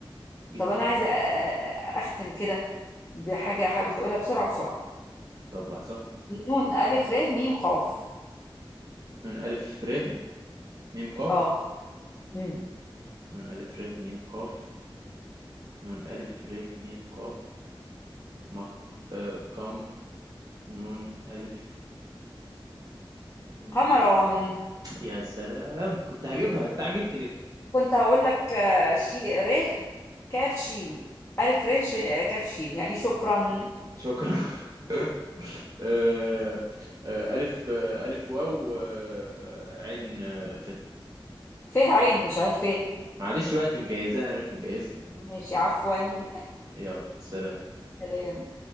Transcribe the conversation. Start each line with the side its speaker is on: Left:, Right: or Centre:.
Right: جدا
Left: طب انا عايزه أ- أ- اختم كده بحاجه حاول تقولها بسرعه بسرعه
Right: طب لحظة
Left: نون الف ر م قاف
Right: نون ألف ر ميم قاف
Left: اه مم.
Right: نون ألف ر ميم قاف نون ألف ر ميم قاف مك آه كم نون ألف نون
Left: قمران
Right: ألف يا سلام كنت هجيبها استعجلت ليه
Left: كنت هقول لك آه، شي ر كاف شين الف ر ش- كاف شين يعني شكرا
Right: شكرا <laughs> آه، آه، ألف آه، ألف واو آه، عين آه، ف
Left: فيه عين مش عين فيه
Right: معلش بقى أنت مجهزاها أنا مش مجهزها
Left: ماشي عفوا
Right: يلا سلام
Left: سلام